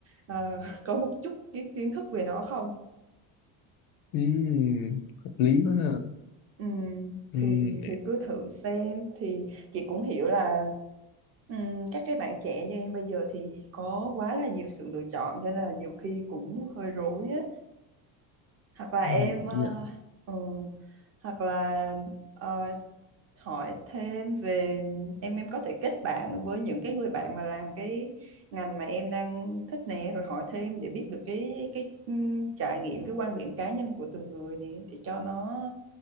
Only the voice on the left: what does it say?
Ừm, hợp lý quá ha
Ừm,
ừm,
dạ